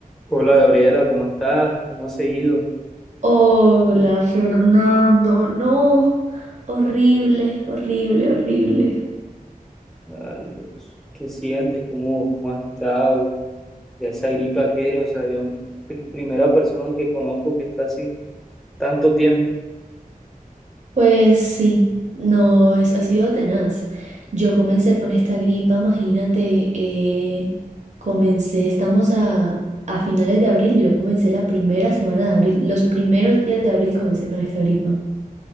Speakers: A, in the centre; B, on the right.
A: Hola Gabriela, ¿cómo estás? ¿Cómo has seguido?
B: Hola, Fernando. No, horrible, horrible, horrible.
A: Ay, Dios. ¿Qué sientes? ¿Cómo, cómo has estado? ¿Ya esa gripa qué? O sea, yo, pri- primera persona que conozco que está así tanto tiempo.
B: Pues sí, no, es, ha sido tenaz. Yo comencé con esta gripa, imagínate, eh, comencé, estamos a, a finales de abril, yo comencé la primera semana de abril, los primeros días de abril comencé con esta gripa.